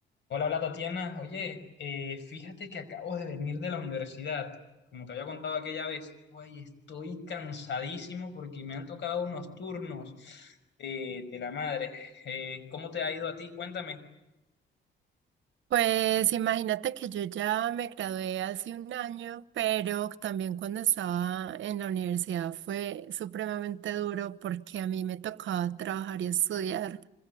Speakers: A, on the left; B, on the right.
A: Hola, hola Tatiana. Oye, eh, fíjate que acabo de venir de la universidad. Como te había contado aquella vez, oye, estoy cansadísimo porque me han tocado unos turnos de, de la madre. Eh, ¿cómo te ha ido a ti? Cuéntame.
B: Pues imagínate que yo ya me gradué hace un año, pero también cuando estaba en la universidad fue supremamente duro porque a mí me tocaba trabajar y estudiar.